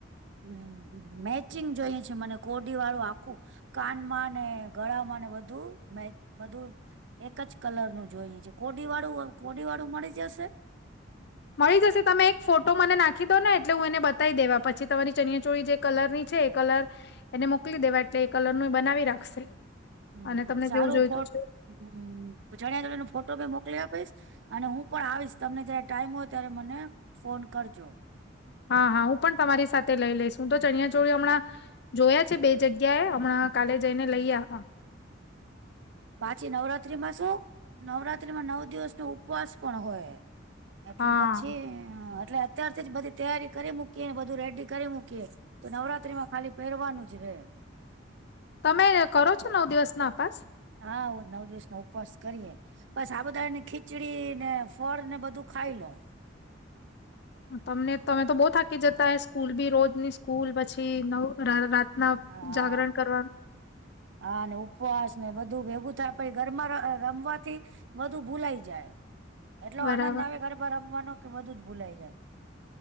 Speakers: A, on the right (about 70°); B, on the left (about 60°).
A: હમ્મ મેચિંગ જોઈ છે મને કોડી વાળું આખું કાનમાં ને ગળામાં ને બધું મે બધું એક જ કલર નું જોઈએ છે કોડી વાળું કોડી વાળું મળી જશે
B: મળી જશે તમે એક ફોટો મને નાખી દો ને એટલે હું એને બતાવી દેવા પછી તમારી ચનિયાચોળી જે કલર ની છે એ કલર એને મોકલી દેવા એટલે એ કલર નું બનાવી રાખશે
A: હમ્મ
B: અને તમને
A: સારું
B: જેવું જોઈતું
A: ફો હમ્મ
B: છે
A: ચાડિયા ચોળી નો ફોટો બી મોકલી આપીશ અને હું પણ આવીશ તમને જયારે ટાઈમ હોય ત્યારે મને ફોન કરજો
B: હા હા હું પણ તમારી સાથે લઈ લઈશું તો ચણિયાચોળી હમણાં જોયા છે બે જગ્યાએ હમણાં કાલે જઈને લઈ આ
A: પાછી નવરાત્રીમાં શું નવરાત્રીમાં નવ દિવસ નો ઉપવાસ પણ હોય એટલે
B: હા
A: પછી એટલે અત્યારથી જ બધી તૈયારી કરી મૂકીએ ને બધું રેડી કરી મૂકીએ તો નવરાત્રી માં ખાલી પહેરવાનું જ રે
B: તમે કરો છો નવ દિવસ ના અપાસ
A: હા હૂ નવ દિવસ નો ઉપવાસ કરીએ બસ ડબુદાણા ની ખીચડી ને ફળ ને બધું ખાઈ લઉ
B: તમને તમે તો બહુ થાકી જતા હ સ્કૂલ બી રોજની સ્કૂલ પછી નવ રાતના
A: હા
B: જાગરણ કરવા નુ
A: હાને ઉપવાસ ને બધું ભેગું થાય પ ઘરમાં રમવાથી બધું ભૂલાઈ જાય એટલો
B: બરાબર
A: આનંદ આવે ગરબા રમવાનો કે બધું જ ભૂલાઈ જાય